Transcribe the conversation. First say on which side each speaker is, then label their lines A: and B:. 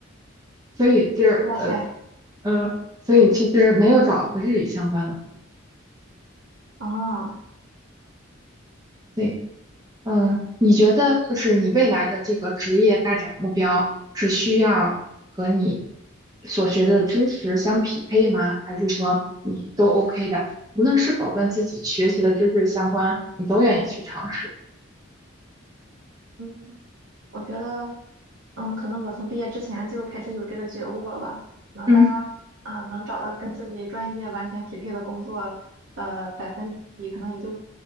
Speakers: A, on the right; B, on the right.
A: 所以就是呃
B: 哇塞
A: 呃，所以其实没有找和日语相关的，
B: 啊！
A: 对，嗯，你觉得就是你未来的这个职业发展目标是需要和你所学的知识相匹配吗？还是说你都 OK 的，无论是否跟自己学习的知识相关，你都愿意去尝试？
B: 嗯。我觉得，嗯，可能我从毕业之前就开始有这个觉悟了吧。可能大家啊，
A: 嗯。
B: 能找到跟自己专业完全匹配的工作的百分比，可能也就